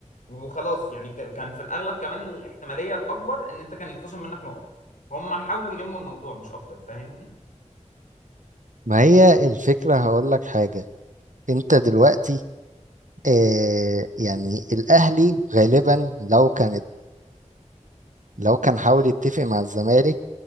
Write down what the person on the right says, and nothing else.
ما هي الفكرة هقول لك حاجة انت دلوقتي آه يعني الاهلي غالبا لو كانت لو كان حاول يتفق مع الزمالك